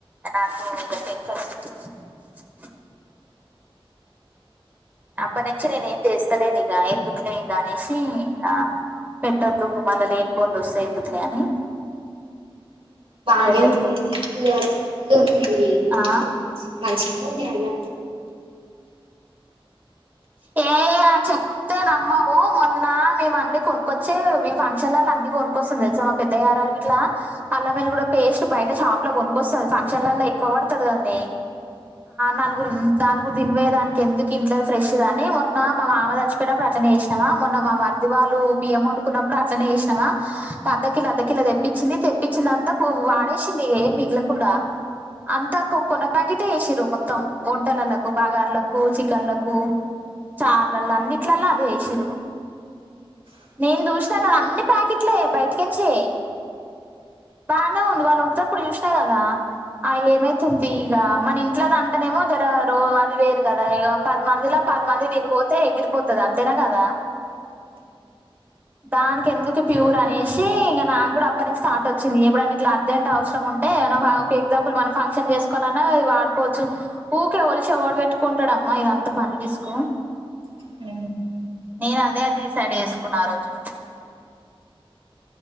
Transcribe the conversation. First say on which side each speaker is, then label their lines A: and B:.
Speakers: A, on the right; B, on the right.
A: నాకు <unintelligible> అప్పటినుంచి నేను ఏం చేస్తలేను ఇక ఎందుకులే ఇగ అనేసి ఆ పెట్టొద్దు మల్ల లేని పొంది వస్తయి ఎందుకులే అని
B: బానే
A: పెట్టట్లేదు
B: ఉంది లో బి పి
A: ఆ
B: ఉంది <unintelligible> మంచిగా <unintelligible>
A: <unintelligible> చెప్తే నమ్మము మొన్న మేము అన్ని కొనుక్కొచ్చి మే ఫంక్షన్లలో అన్ని కొనుక్కొస్తాం తెలుసా పెద్ద ఎరాల ఇట్లా అల్ల మద కూడా పేస్ట్ బయట షాప్ లో కొనుక్కొస్తంది ఫంక్షన్లలా ఎక్కువ పడుతుది కదనే నాలుగురు తిని పోయే దానికి ఎందుకు ఇంట్లో ఫ్రెష్ అని మొన్న మా మామ చచ్చిపోయినప్పుడు అట్లనే కి మొన్న మా మరీది వాళ్ళు బియ్యం వండుకున్నప్పుడు అట్లనే చేసినమా అద్దకిలో అర్ద కిలా తెప్పించింది తెప్పించింది అంతా వాడేసింది ఏం మిగలకుండా అంతా కొన్న ప్యాకెట్లే చేస్తిర్రు మొత్తం వంటలలకు బగార్లకు చికెన్లకు చార్లలో అన్నిట్లలా అదే ఏసిలు నేను చూసినా కదా అన్ని ప్యాకెట్లే బయటికించి బానే ఉంది వాళ్ళు వంటేటప్పుడు చూసిన కదా ఆ ఏమైతుంది తీయి ఇక మన ఇంట్లోది అంటనేమో జర రో అది వేరు కదా ఇక పది మందిలా పది మంది దీని పోతే ఎగిరిపోతుది అంతేనా కదా దానికి ఎందుకు ప్యూర్ అనేసి ఇంక నాకు కూడా అప్పటి నుంచి థాట్ వచ్చింది ఏప్పుడన్ని ఇతల అర్జెంట్ అవసరం ఉంటే అంటే ఒక ఎగ్జాంపుల్ మనం ఫంక్షన్ చేసుకోవాలన్నావి వాడుకోవచ్చు ఊకే ఒలిసి ఏవడు పెట్టుకుంటాడు అమ్ ఇదంతా పని తీసుకో
B: అ
A: నేను అదే అ డిసైడ్ చేసుకున్నా ఆరోజు